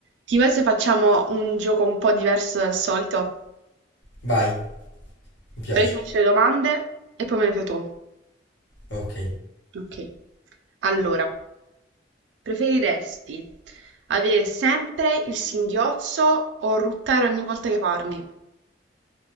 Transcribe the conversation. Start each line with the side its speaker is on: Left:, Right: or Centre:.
Right: Ti va se facciamo un gioco un po' diverso dal solito?
Left: Vai, mi piace.
Right: Allora io ti faccio le domande e poi me le fai tu.
Left: Ok.
Right: Ok. Allora, preferiresti avere sempre il singhiozzo o ruttare ogni volta che parli?